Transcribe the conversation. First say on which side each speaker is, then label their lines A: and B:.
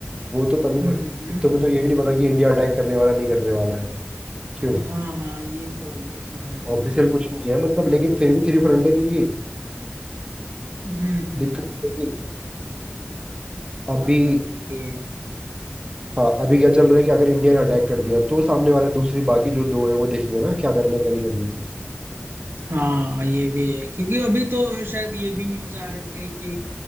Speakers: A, on the right; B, on the right.
A: वो तो तभी
B: हम्म हम्म हम्म।
A: तुम्हें तो ये भी नहीं पता कि इंडिया अटैक करने वाला नहीं करने वाला है क्यों
B: हाँ हाँ ये तो ये तो है भाई
A: ऑफिशियल कुछ नहीं है मतलब लेकिन फिर भी थ्री फ्रंट है क्योंकि
B: हम्म हम्म
A: दिक्कत
B: हम्म
A: ये है कि अभी
B: हाँ भाई ये भी है
A: हाँ अभी क्या चल रहा है कि अगर इंडिया ने अटैक कर दिया तो सामने वाले दूसरी बाकी जो दो है वो देखेंगे ना क्या करना है क्या नहीं करना है
B: हाँ ये भी है क्योंकि अभी तो शायद ये भी न्यूज आ रहे थे कि